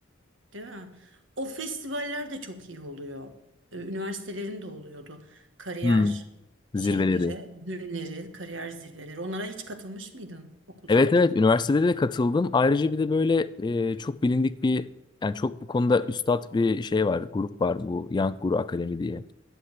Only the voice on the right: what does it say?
Değil mi? O festivaller de çok iyi oluyor. Ee, Üniversitelerin de oluyordu. Kariyer
şeyleri, günleri, kariyer zirveleri. Onlara hiç katılmış mıydın okuldayken?